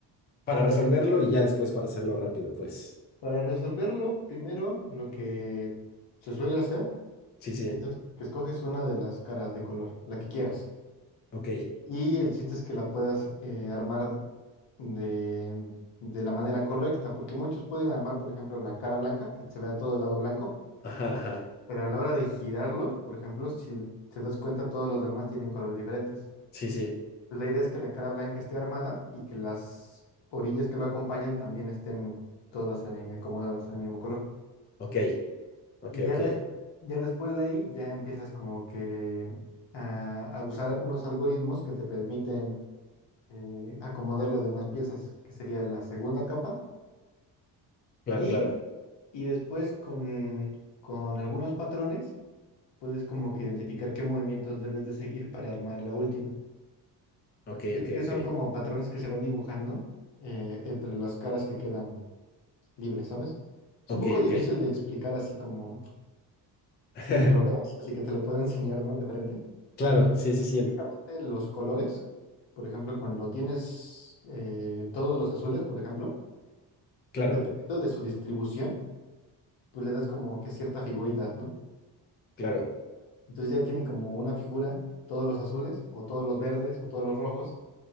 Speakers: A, on the left; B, on the left.
A: Para resolverlo y ya después para hacerlo rápido, pues.
B: Para resolverlo, primero lo que se suele hacer
A: Sí, sí.
B: es que escoges una de las caras de color, la que quieras.
A: Ok.
B: Y el chiste es que la puedas eh, armar de, de la manera correcta, porque muchos pueden armar, por ejemplo, la cara blanca, que se vea todo el lado blanco,
A: Ajá, ajá.
B: pero a la hora de girarlos, por ejemplo, si te das cuenta, todos los demás tienen colores diferentes.
A: Sí, sí.
B: Pues la idea es que la cara blanca esté armada y que las orillas que lo acompañan también estén todas eh, acomodadas en el mismo color.
A: Ok. Ok,
B: Y ya,
A: ok.
B: des- ya después de ahí ya empiezas como que a, a usar unos algoritmos que te permiten eh, acomodar las demás piezas, que sería la segunda capa.
A: Claro,
B: Y,
A: claro.
B: y después con, con algunos patrones puedes como que identificar qué movimientos debes de seguir para armar la última.
A: Ok,
B: Y
A: ok,
B: es que
A: ok.
B: son como patrones que se van dibujando eh, entre las caras que quedan libres, ¿sabes? Es
A: Ok,
B: un poco difícil
A: ok.
B: de explicar así como
A: <laughs>
B: sin que lo veas, así que te lo puedo <laughs> enseñar, ¿no? De frente.
A: Claro, sí, sí, sí.
B: Prácticamente
A: en-
B: los colores, por ejemplo, cuando tienes eh, todos los azules, por ejemplo,
A: Claro,
B: dependiendo de su distribución, pues le das como que ciertas figuritas, ¿no?
A: claro.
B: Entonces ya tiene como una figura todos los azules, o todos los verdes, o todos los rojos,